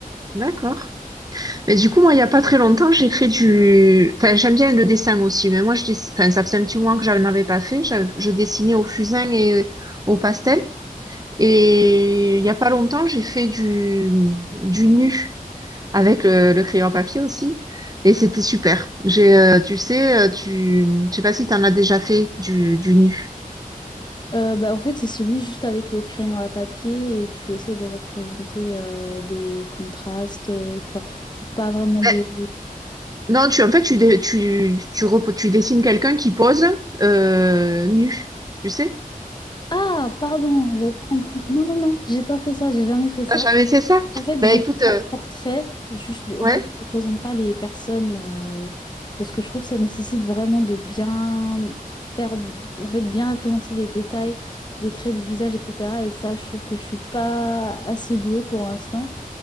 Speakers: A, on the right (about 25°); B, on the left (about 30°).
A: D'accord. Mais du coup, moi, il n'y a pas très longtemps, j'ai fait du... Enfin, j'aime bien le dessin aussi, mais moi, je dess- enfin, ça faisait un petit moment que je n'en avais pas fait. Je, je dessinais au fusain et euh, au pastel. Et il n'y a pas longtemps, j'ai fait du, du nu avec le, le crayon à papier aussi. Et c'était super. J'ai, euh, tu sais, euh, tu... Je sais pas si tu en as déjà fait du, du nu.
B: Euh, bah, en fait, c'est celui juste avec le crayon à papier et tu essaies de représenter euh, des contrastes, euh, enfin, pas vraiment de...
A: Ben, non, tu, en fait, tu, dé- tu, tu, repo- tu dessines quelqu'un qui pose euh, nu, tu sais?
B: Ah, pardon, j'avais pas compris. Non, non, non, j'ai pas fait ça, j'ai jamais fait ça.
A: T'as jamais fait ça?
B: En fait,
A: Ben
B: je
A: écoute,
B: fais
A: euh,
B: pas de portrait, juste de- en
A: ouais.
B: fait, je ne présente pas les personnes euh, parce que je trouve que ça nécessite vraiment de bien faire, en fait, bien représenter les détails des traits de visage, etc. Et ça, je trouve que je suis pas assez douée pour l'instant.